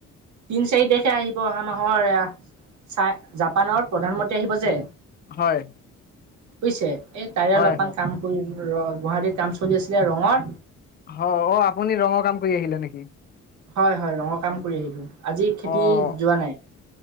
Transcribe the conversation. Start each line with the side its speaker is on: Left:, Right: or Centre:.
Right: তিন- চাৰি তাৰিখে আহিব অহা মাহৰ এ ', চাই জাপানৰ প্ৰধানমন্ত্ৰী আহিব যে,
Left: হয়
Right: বুজিছে এই তাৰে
Left: হয়
Right: অলপমান
Left: হয়
Right: কাম কৰিলো। ৰ গুৱাহাটীত কাম চলি আছিলে ৰঙৰ,
Left: হয়, অ ', আপুনি ৰঙৰ কাম কৰি আহিলে নেকি?
Right: হয়- হয় ৰঙৰ কাম কৰি আহিলো। আজি খেতিত
Left: অ'
Right: যোৱা নাই?